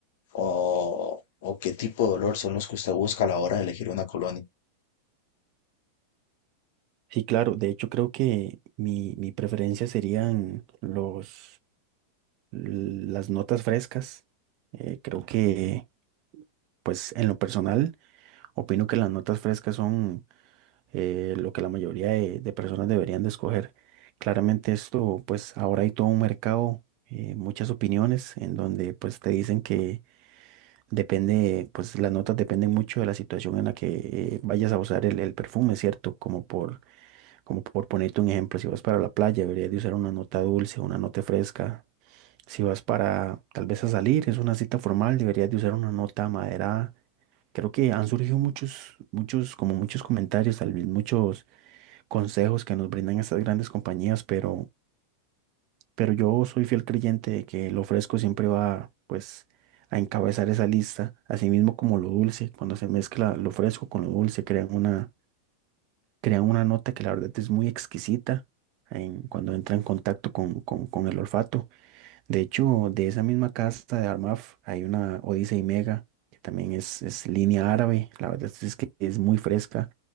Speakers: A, on the left; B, on the right.
A: o, o qué tipo de olor son los que usted busca a la hora de elegir una colonia.
B: Sí, claro, de hecho creo que mi, mi preferencia serían los las notas frescas. eh, creo que, pues en lo personal, opino que las notas frescas son eh, lo que la mayoría de, de personas deberían de escoger. Claramente esto, pues ahora hay todo un mercado, eh, muchas opiniones en donde pues te dicen que depende, pues las notas dependen mucho de la situación en la que eh, vayas a usar el, el perfume, ¿cierto? Como por, como por ponerte un ejemplo, si vas para la playa, deberías de usar una nota dulce, una nota fresca. Si vas para tal vez a salir, es una cita formal, deberías de usar una nota maderada. Creo que han surgido muchos, muchos, como muchos comentarios, tal vez muchos consejos que nos brindan estas grandes compañías, pero, pero yo soy fiel creyente de que lo fresco siempre va, pues, a encabezar esa lista, así mismo como lo dulce, cuando se mezcla lo fresco con lo dulce, crean una, crean una nota que la verdad es muy exquisita en, cuando entra en contacto con, con, con el olfato. De hecho, de esa misma casta de Armaf hay una Odyssey Mega, que también es, es línea árabe. La verdad es que es muy fresca,